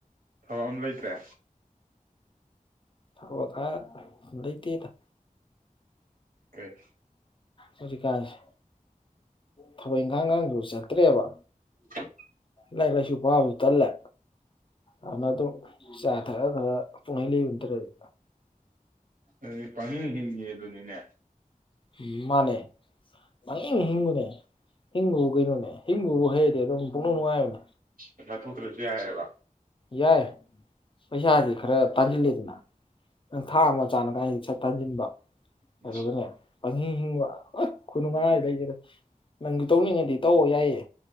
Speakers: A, on the right (about 75°); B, on the left (about 35°).
A: ꯊꯕꯛ ꯑꯃ ꯂꯩꯇ꯭ꯔꯦ
B: ꯊꯕꯛ ꯍꯥꯏꯔ ꯂꯩꯇꯦꯗ
A: ꯀꯩ
B: ꯍꯧꯖꯤꯛꯀꯥꯟꯁꯦ ꯊꯕꯛ ꯏꯪꯈꯥꯡꯒꯥꯗꯨ ꯆꯠꯇ꯭ꯔꯦꯕ
A: <inaudible>
B: ꯂꯥꯏꯔꯤꯛ ꯂꯥꯏꯁꯨ ꯄꯥꯕꯁꯨ ꯇꯜꯂꯦ ꯑꯗꯨꯅ ꯑꯗꯨꯝ ꯆꯥ ꯊꯛꯑ ꯈꯔ ꯄꯨꯡꯍꯩ ꯂꯩꯕ ꯅꯠꯇ꯭ꯔꯗꯤ
A: ꯑꯗꯨꯗꯤ ꯄꯈꯤꯡ ꯍꯤꯡꯉꯤꯌꯦꯗꯨꯅꯤꯅꯦ꯫
B: ꯎꯝ ꯃꯥꯅꯦ ꯄꯍꯤꯡ ꯍꯤꯡꯕꯅꯦ ꯍꯤꯡꯕꯕꯨ ꯀꯩꯅꯣꯅꯦ ꯍꯤꯡꯕꯕꯨ ꯍꯩꯔꯗꯤ ꯑꯗꯨꯝ ꯄꯅꯨꯡ ꯅꯨꯡꯉꯥꯏꯕꯅꯦ꯫
A: ꯑꯁꯥ ꯊꯣꯛꯇ꯭ꯔꯁꯨ ꯌꯥꯏꯑꯦꯕ
B: ꯌꯥꯏ ꯄꯩꯁꯥꯗꯤ ꯈꯔ ꯇꯥꯟꯁꯤꯜꯂꯤꯗꯅ ꯅꯪ ꯊꯥ
A: ꯎꯝ
B: ꯑꯃ ꯆꯅꯥꯉꯥꯏ ꯁꯠ ꯇꯟꯖꯤꯟꯕꯥ
A: ꯎꯝ
B: ꯑꯗꯨꯙꯥꯅꯦ ꯄꯪꯍꯤꯡ ꯍꯤꯡꯕ ꯈꯨꯅꯨꯡꯉꯥꯏꯗꯤ ꯂꯩꯇꯔ꯭ꯦ ꯅꯪꯁꯨ ꯇꯧꯅꯤꯡꯉꯗꯤ ꯇꯧꯑꯣ ꯌꯥꯏꯌꯦ